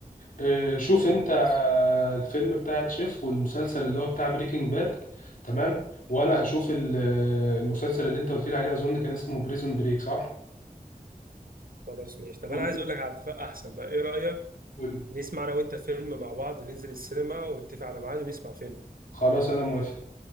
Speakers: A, on the left (about 60°); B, on the right (about 70°).
A: إيه، شوف
B: قول
A: انت
B: لي بس
A: الفيلم بتاع تشيف والمسلسل اللي هو بتاع بريكنج باد تمام وانا هشوف ال- المسلسل اللي انت قلت لي عليه اظن كان اسمه بريزون بريك صح
B: خلاص ماشي طب
A: قول-
B: انا عايز اقول لك على اتفاق احسن بقى ايه رايك
A: قول.
B: نسمع انا وانت فيلم مع بعض ننزل السينما ونتفق على ميعاد ونسمع فيلم
A: خلاص انا موافق